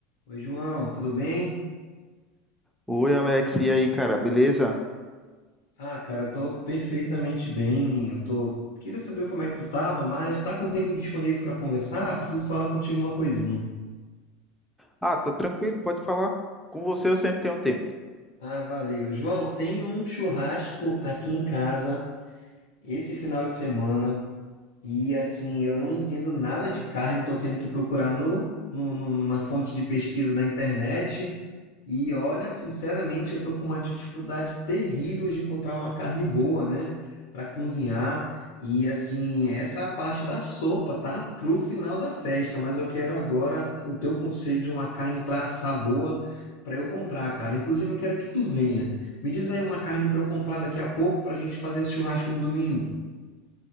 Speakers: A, on the left; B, in the centre.
A: Oi, João, tudo bem?
B: Oi, Alex, e aí, cara, beleza?
A: Ah, cara, eu tô perfeitamente bem. Eu tô. Queria saber como é que tu tava, mas tá com tempo disponível para conversar? Preciso falar contigo uma coisinha.
B: Ah, tô tranquilo, pode falar. Com você eu sempre tenho tempo.
A: Ah, valeu. João, tem um churrasco aqui em casa esse final de semana e assim, eu não entendo nada de carne, tô tendo que procurar no, no, no- na fonte de pesquisa da internet. E olha, sinceramente, eu tô com uma dificuldade terrível de encontrar uma carne boa, né, para cozinhar. E assim, essa é a parte da sopa, tá? Pro final da festa, mas eu quero agora o teu conselho de uma carne para assar boa para eu comprar, cara. Inclusive, eu quero que tu venha. Me diz aí uma carne para eu comprar daqui a pouco para a gente fazer esse churrasco no domingo